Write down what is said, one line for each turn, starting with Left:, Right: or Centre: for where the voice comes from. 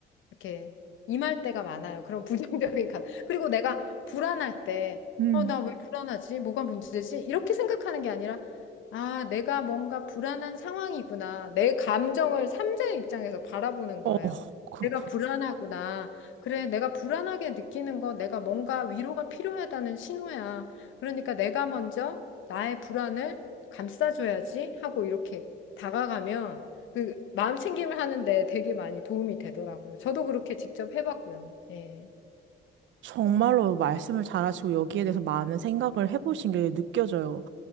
Left: 이렇게 임할 때가 많아요. 그런 부정적인 감. 그리고 내가 불안할 때,
Right: 음.
Left: 어, 나 왜 불안하지? 뭐가 문제지? 이렇게 생각하는 게 아니라, 아, 내가 뭔가 불안한 상황이구나. 내 감정을 삼자의 입장에서 바라보는 거예요.
Right: 어, 그렇군.
Left: 내가 불안하구나. 그래, 내가 불안하게 느끼는 거 내가 뭔가 위로가 필요하다는 신호야. 그러니까 내가 먼저 나의 불안을 감싸줘야지 하고 이렇게 다가가면 그 마음 챙김을 하는데 되게 많이 도움이 되더라고요. 저도 그렇게 직접 해봤고요. 예.
Right: 정말로 말씀을 잘하시고 여기에 대해서 많은 생각을 해보신 게 느껴져요.